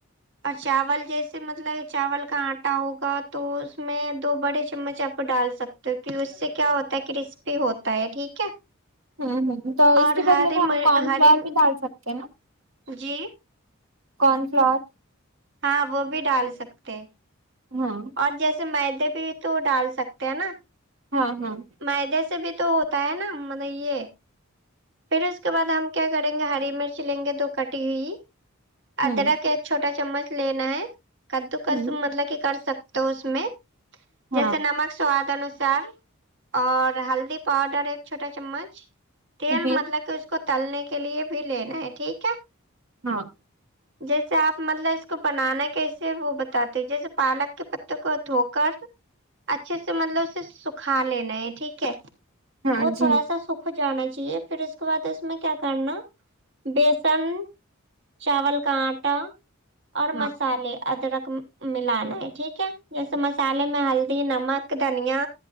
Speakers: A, on the right; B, on the right.
A: اور چاول جیسے مطلب چاول کا آٹا ہوگا تو اس میں دو بڑے چمچ آپ ڈال سکتے تے پھر اس سے کیا ہوتا ہے کرسپی ہوتا ہے ٹھیک ہے
B: ھمم ھمم تو اس
A: اور
B: کے بدلے
A: ہری
B: میں ہم کن
A: ہری
B: فلاور بھی ڈال سکتے ہیں نہ
A: جی
B: کارن فلاور
A: ہاں وہ بھی ڈال سکتے
B: ہاں
A: اور جیسے مدے بھی تو ڈال سکتے ہیں نہ
B: ہاں ہاں
A: معدے سے بھی تو ہوتا ہے نہ مطلب یہ پھر اس کے بعد ہم کیا کریں گے ہری مرچ لیں گے دو کٹی ہوئی
B: ہوں
A: ادرک کا ایک چھوٹا چمچ لینا ہے کدو کرش
B: ہوں
A: مطلب کہ کر سک تو اس میں
B: ہاں
A: جیسے نمک سواد انوسار اور ہلدی پاؤڈر ایک چھوٹا چمچ تیل
B: جی
A: مطلب کہ اس کو تلنے کے لیے بھی لینا ہے ٹھیک ہے
B: ہاں
A: جیسے آپ مطلب اس کو بنانا کیسے وہ بتاتے ہو جیسے پالک کے پتےوں کو دھو کر اچھے سے مطلب اسے سکھا لینا ہے ٹھیک ہے
B: ہاں
A: وہ تھوڑا
B: جی
A: سا سکھ کو جانا چاہیے پھر اس کے بعد اس میں کیا کرنا بیسن چاول کا آٹا اور
B: ہاں
A: مسالے ادرک ملانا ہے ٹھیک ہے جیسے مسالے میں ہلدی نمک دھنیا